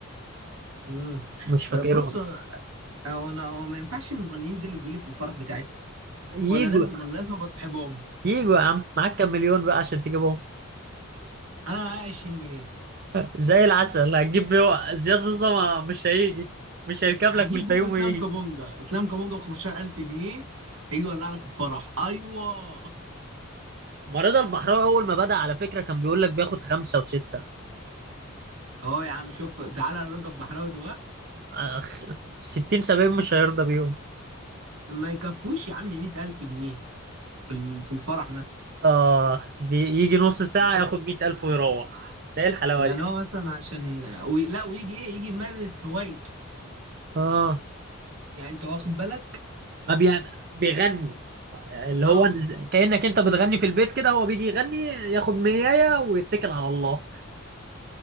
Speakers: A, on the right; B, on the right.
A: امم
B: مش فاكرهم
A: بص هو انا هو ما ينفعش المغنيين دول يجوا لي في الفرح بتاعي
B: ييجوا
A: ولا لازم ولا لازم ابقى صاحبهم
B: ييجوا يا عم معاك كام مليون بقى عشان تجيبهم
A: انا معايا 20 جنيه
B: زي العسل هتجيب بيه زياد زوزة ما- مش هيجي مش هيركب
A: هجيب
B: لك من الفيوم
A: بوم اسلام
B: ويجي
A: كابونجا اسلام كابونجا ب 15000 جنيه يجي يولع لك الفرح ايوه
B: ما رضا البحراوي اول ما بدأ على فكرة كان بيقول لك بياخد خمسة وستة
A: اهو يا عم شوف تعالى رضا البحراوي دلوقتي
B: أخ... ستين سبعين مش هيرضى بيهم
A: ما يكفوش يا عم 100000 جنيه في ال- في الفرح مثلا
B: اه بيجي نص ساعة
A: يعني هو
B: ياخد
A: مثلا
B: مية ألف ويروح ده ايه الحلاوة
A: يعني
B: دي
A: هو مثلا عشان وي... لا ويجي ايه يجي يمارس هوايته
B: اه
A: يعني انت واخد بالك
B: ما بيعمل بيغني اللي
A: اه
B: هو ز- كأنك انت بتغني في البيت كده هو بيجي يغني ياخد مية ويتكل على الله